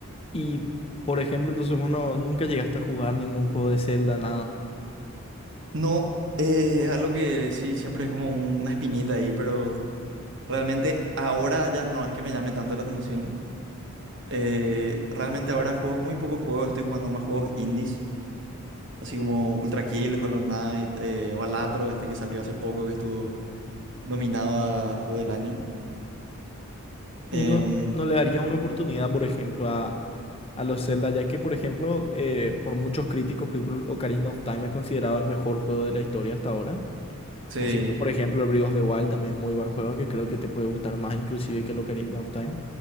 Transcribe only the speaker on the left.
Y, por ejemplo, entonces vos no, nunca llegaste a jugar ningún juego de Zelda, nada.
Y
no, no le darías una oportunidad, por ejemplo, a, a los Zelda, ya que, por ejemplo, eh, por muchos críticos, por ejemplo, Ocarina of Time es considerado el mejor juego de la historia hasta ahora.
O si no, por ejemplo, el Breath of the Wild, también muy buen juego que creo que te puede gustar más inclusive que el Ocarina of Time.